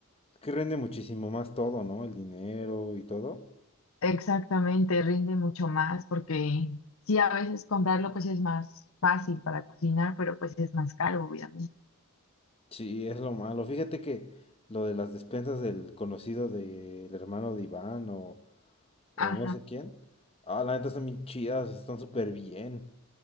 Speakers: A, on the left (about 25°); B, on the left (about 70°).
A: Es que rinde muchísimo más todo, ¿no? El dinero y todo.
B: Exactamente, rinde mucho más porque sí, a veces comprarlo pues es más fácil para cocinar, pero pues es más caro, obviamente.
A: Sí, es lo malo. Fíjate que lo de las despensas del conocido del hermano de Iván o, o
B: Ajá.
A: no sé quién. Ah, la neta están bien chidas, están súper bien.